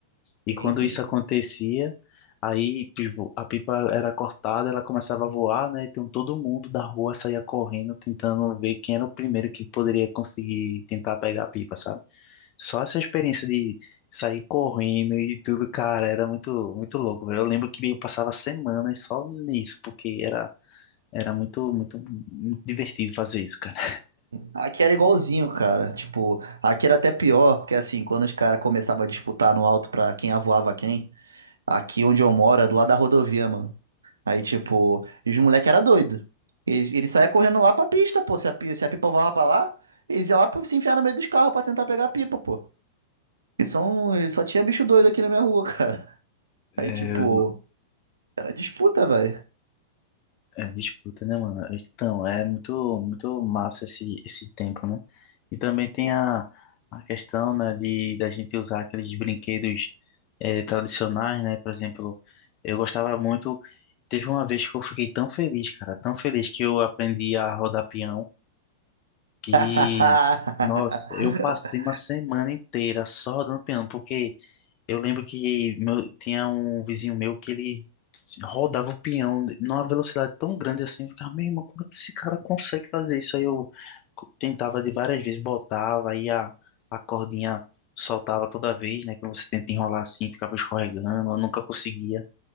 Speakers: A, on the right (about 75°); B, on the left (about 40°).
A: Sim,
B: E quando
A: sim.
B: isso acontecia, aí, tipo, a pipa era cortada, ela começava a voar, né? Então todo mundo da rua saía correndo, tentando ver quem era o primeiro que poderia conseguir tentar pegar a pipa, sabe? Só essa experiência de sair correndo e tudo, cara, era muito, muito louco, velho. Eu lembro que eu passava semanas só nisso, porque era, era muito, muito, muito divertido fazer isso, cara.
A: Aqui era igualzinho, cara. Tipo, aqui era até pior, porque assim, quando os caras começavam a disputar no alto pra quem avoava quem. Aqui onde eu moro, é do lado da rodovia, mano. Aí, tipo, e os moleques era doido. Eles, eles saía correndo lá pra pista, pô. Se a, pi- se a pipa voava pra lá, eles iam lá pra se enfiar no meio dos carros pra tentar pegar a pipa, pô. E são, e só tinha bicho doido aqui na minha rua, <laughs> cara.
B: É,
A: Aí, tipo, era disputa, velho.
B: é disputa, né, mano? Então, é muito, muito massa esse, esse tempo, né? E também tem a, a questão, né, de da gente usar aqueles brinquedos eh, tradicionais, né? Por exemplo, eu gostava muito. Teve uma vez que eu fiquei tão feliz, cara, tão feliz que eu aprendi a rodar peão. que,
A: <laughs>
B: nossa, eu passei uma semana inteira só dando piano, porque eu lembro que meu- tinha um vizinho meu que ele rodava o peão numa velocidade tão grande assim, eu ficava, meu irmão, como é que esse cara consegue fazer isso? Aí eu co- tentava de várias vezes, botava, aí a, a cordinha soltava toda vez, né, que você tenta enrolar assim, ficava escorregando, eu nunca conseguia.